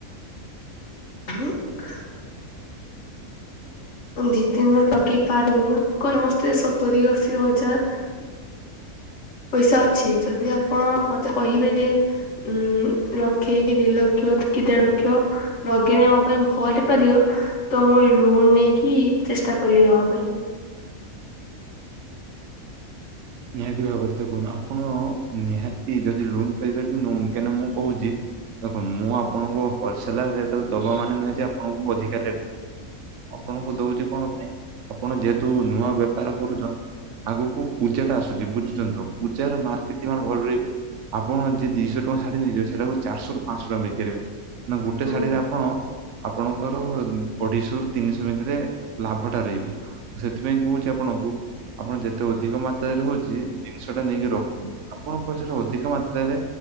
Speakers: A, on the left (about 55°); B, on the right (about 60°).
A: <unintelligible> ଦି ତିନ ଲଗେଇ ପାରିନି ସମସ୍ତେ ସତୁରିୀ ଅଶି ହଜାର ପଇସା ଅଛି ଯଦି ଆପଣ ମତେ କହିବେ ଯେ ଉ ଲକ୍ଷେ କି ଦି ଲକ୍ଷ ଯ କି ଦେଢ ଲକ୍ଷ ଲଗେଇଲେ ଆମ ପାଇଁ ଭଲ ହେଇପାରିବ ତ ମୁଁ ଲୋନ ନେଇକି ଚେଷ୍ଟା କରିବି ନବା ପାଇଁ
B: ନିହାତି ଭାବରେ ଦେ କହୁନ ଆପଣ ନିହାତି ଯଦି ଲୋନପାରିବେ ନଉନ କାହିଁକିନା ମୁଁ କହୁଛି ଦେଖନ୍ ମୁଁ ଆପଣଙ୍କୁ ହୋଲସେଲ ରେଟ ଦବା ମାନେ ନୁହେଁ ଯେ ଆପଣଙ୍କୁ ଅଧିକା ରେଟ ରେ ଦେବି ଆପଣଙ୍କୁ ଦଉଛି କଣ ପାଇଁ ଆପଣ ଯେହେତୁ ନୂଆ ବେପାର କରୁଛ ଆଗକୁ ପୂର୍ବ ପୂଜା ଟା ଆସୁଛି ବୁଝୁଛନ୍ତି ପୂଜାର ମାର୍କେଟିଙ୍ଗ ଭଲ ରହିବ। ଆପଣ ଯି ଦିଶହ ଟଙ୍କା ଶାଢି ନେଇଯିବେ ସେଟାକୁ ଚାରିହରୁ ପାଞ୍ଚଶହ ଟଙ୍କା ନେଇପାରିବେ। ନା ଗୋଟେ
A: ହୁଁ
B: ଶାଢୀରେ ଆପଣ ଆପଣଙ୍କର ଅଢେଇଶ ର ତିନିଶହ ଭିତରେ ଲାଭ ଟା ରହିବ ସେଥିପାଇଁ କହୁଛି ଆପଣଙ୍କୁ ଆପଣ ଯେତେ ଅଧିକ ମା ହଉଛି ଜିନିଷଟା ନେଇକି ରଖନ୍ତୁ ଆପଣଙ୍କ ସେଇଟା ଅଧିକ ମାତ୍ରାରେ